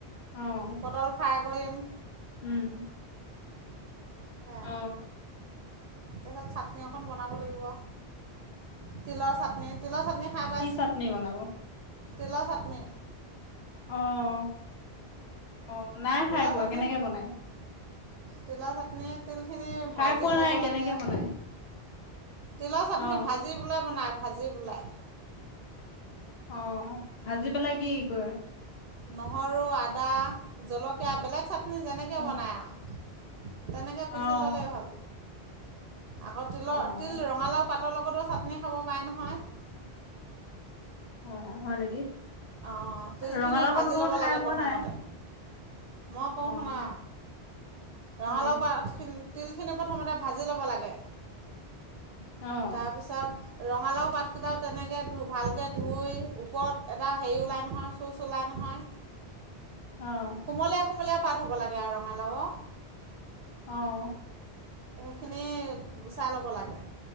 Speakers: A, on the left; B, on the right.
A: অ'।
B: পটল ফ্ৰাই কৰিম।
A: উম।
B: সেয়া
A: অ
B: তাৰপিছত চাটনি অকণ বনাব লাগিব। তিলৰ চাটনি, তিলৰ চাটনি খাই পাইছ
A: কি চাটনি বনাব?
B: তিলৰ চাটনি।
A: অ', অ', নাই
B: তিলৰ
A: খাই পোৱা
B: চাটনি
A: কেনেকে বনায়?
B: তিলৰ চাটনি তিলখিনি
A: খাই
B: ভাজি
A: পোৱা
B: ল'ব
A: নাই কেনেকে
B: লাগে।
A: বনাই?
B: তিলৰ চাটনি
A: অ',
B: ভাজি বোলে বনাই ভাজি বোলোই।
A: অ', ভাজি পেলাই কি কৰে?
B: নহৰু, আদা, জলকীয়া বেলেগ চাটনি যেনেকৈ
A: অ',
B: বনায় আৰু। তেনেকে
A: অ',
B: পিচি ল'লেই হ'ল আকৌ তিলৰ
A: অ',
B: তিল ৰঙালাও পাতৰ লগতো চাটনি খাব পাৰে নহয়।
A: অ', হয় নেকি।
B: অ', তিলখিনি
A: ৰঙালাও
B: ভাজি
A: পাতৰ লগত
B: ল'ব
A: খাই
B: লাগে
A: পোৱা
B: প্ৰথমতে।
A: নাই?
B: মই কওঁ
A: অ',
B: শুনা ৰঙালাও
A: অ',
B: পাতখিনি তিলখিনি প্ৰথমতে ভাজি ল'ব লাগে
A: অ',
B: তাৰপিছ পিছত ৰঙালাও পাতকেইটাও তেনেকৈ ধু ভালকৈ ধুই ওপৰত এটা হেৰি ওলাই নহয় শুজ ওলাই নহয়।
A: অ'।
B: কুমলীয়া কুমলীয়া পাত হ'ব লাগে আৰু ৰঙালাও।
A: অ'।
B: সেইখিনি গুচাই ল'ব লাগে,